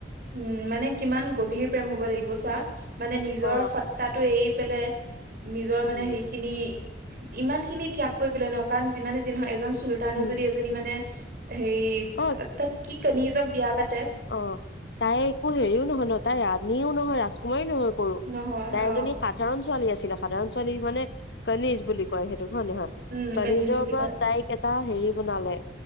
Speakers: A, on the right; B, on the left.
A: উম, মানে কিমান গভীৰ প্ৰেম হ'ব লাগিব চা' মানে নিজৰ
B: অ
A: সত তাতো এৰি পেলাই নিজৰ মানে
B: উম
A: সেইখিনি ইমান খিনি ত্যাগ কৰি পেলাই ন' কাৰণ যিমানে যি নহয় এজন চুলতানে
B: উম
A: যদি এজনী মানে হেৰি
B: অ
A: তাত কি কণিজক বিয়া পাতে
B: অঁ তাই একো হেৰিও নহয় ন' তাই ৰাণীও নহয় ৰাজকুমাৰী নহয় কৰো
A: নহয়
B: তাই
A: অ
B: এজনী সাধাৰণ ছোৱালী আছিলে। সাধাৰণ ছোৱালী মানে ক'নিজ বুলি কয় সেইটোক, হয় নহয়?
A: উম
B: ক'ণিজৰ
A: কনিজ বুলি
B: পৰা
A: কয়
B: তাইক এটা হেৰি বনালে,